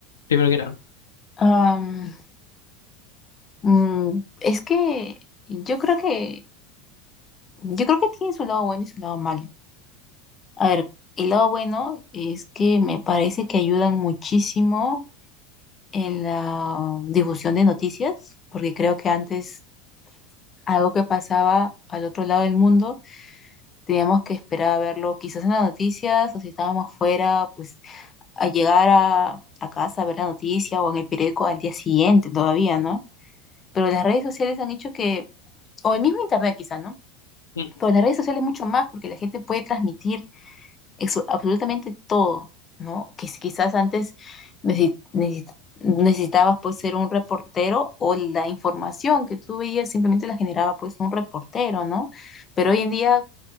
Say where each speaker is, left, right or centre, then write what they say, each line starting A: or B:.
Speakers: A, on the left (about 80°); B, on the left (about 30°).
A: Primero que nada.
B: Am, mm, es que yo creo que yo creo que tiene su lado bueno y su lado malo. A ver, el lado bueno es que me parece que ayudan muchísimo en la difusión de noticias, porque creo que antes algo que pasaba al otro lado del mundo teníamos que esperar a verlo quizás en las noticias o si estábamos fuera, pues a llegar a, a casa a ver la noticia o en el periódico al día siguiente todavía, ¿no? pero las redes sociales han hecho que, o el mismo internet quizá, ¿no?
A: Mm.
B: Pero las redes sociales mucho más porque la gente puede transmitir eso absolutamente todo, ¿no? Que si quizás antes necesi- necesi- necesitabas pues ser un reportero o la información que tú veías simplemente la generaba pues un reportero, ¿no? Pero hoy en día